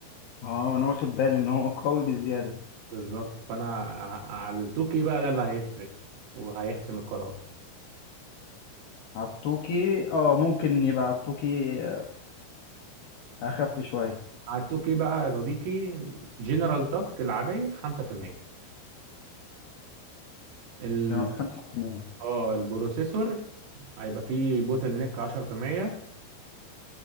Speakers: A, on the left; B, on the right.
A: اه وانا واخد بالي ان هو قوي بزياده
B: بالظبط فانا ع- على التوكي بقى ده اللي هيفرق وهيحسم القرار
A: عطوكي اه ممكن يبقى عطوكي آه، اخف شويه
B: على التوكي بقى يا صديقي الجنرال تاسك العادية 5% ال...
A: خمسة في المية
B: اه البروسيسور هيبقى فيه بوتل نيك 10%